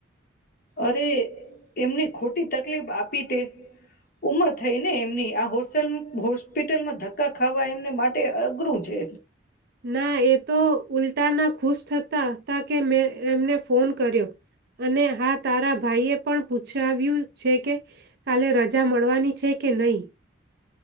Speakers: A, on the left; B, on the right.
A: અરે એમની ખોટી તકલીફ આપી તે, ઉંમર થઈને એમની આ હોસ્પિટલમાં ધક્કા ખાવા એમને માટે અઘરું છે.
B: ના એ તો ઉલટા ના ખુશ થતા હતા કે મેં એમને ફોન કર્યો, અને હા તારા ભાઈ એ પણ પૂછાવ્યું છે કે, કાલે રજા મળવાની છે કે નહી.